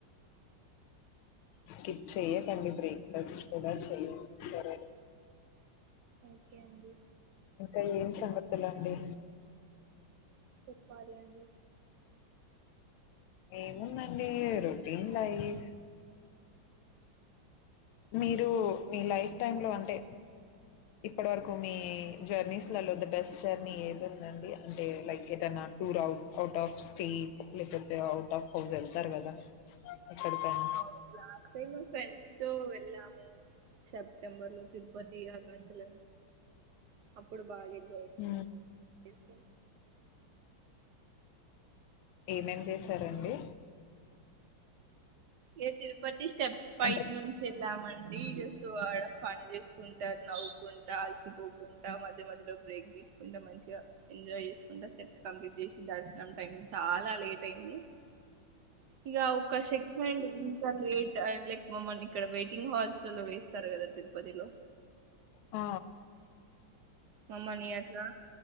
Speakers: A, on the left; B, on the right.
A: స్కిప్ చెయకండి బ్రేక్ఫాస్ట్ <inaudible> సరే
B: ఓకే అండి
A: ఇంకా ఏం సంగతులండి
B: చెప్పాలి అండి
A: ఏముందండిరు <unintelligible> మీరు మీ లైఫ్ టైమ్ లో అంట అంటే ఇప్పటి వరకు మీ జర్నీస్ లలో ద బస్ట్ జర్నీ అండి అంటే లైక్ ఏదైనా tour house out of state లేకపోతే అవుట్ ఆఫ్ హౌస్ వెళ్తారు కదా ఎక్కడకైన
B: అవును లాస్ట్ టైం ఫ్రెండ్స్ తో వెళ్ళాము సెప్టెంబర్ లో తిరుపతి అరుణాచల అప్పుడు బాగాంది
A: హ
B: స
A: ఏమేం చేసారండి
B: ఏ తిరుపతి స్టెప్స్ బైక్
A: అంటే
B: నుంచి వెళ్ళామండిస్వాడ <unintelligible> కుంట నవు కుంటా ఆల్సిపో కుంట మధ్య మధ్య బ్రేక్ తీసుకుంటే మంచిగా ఎంజాయ్ చేసుకుంటా స్టెప్స్ కంప్లీట్ చేసి దర్శనం టైం చాలా లేట్ అయింది ఇక అవకాశ ఇక్ అండి ఇంత లేట్ అండ్ లైక్ మమ్మల్ని ఇక్కడ వెయిటింగ్ హాల్స్ వేస్తారు కదా తిరుపతిలో
A: ఆ
B: మమ్మని అట్లా